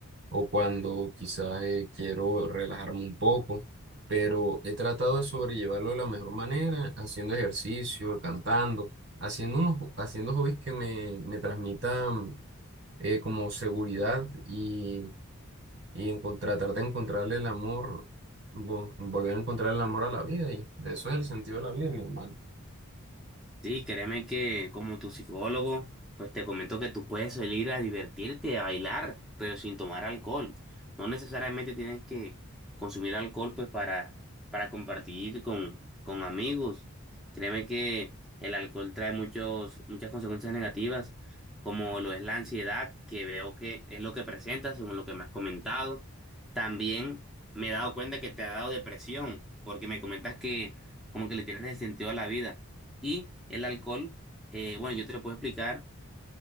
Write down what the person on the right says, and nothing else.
o cuando quizás eh, quiero relajarme un poco. Pero he tratado de sobrellevarlo de la mejor manera, haciendo ejercicio, cantando haciendo unos, haciendo hobbies que me, me transmitan eh, como seguridad y, y en con- tratar de encontrarle el amor, vo- volver a encontrar el amor a la vida. Y de eso es el sentido de la vida, mi hermano.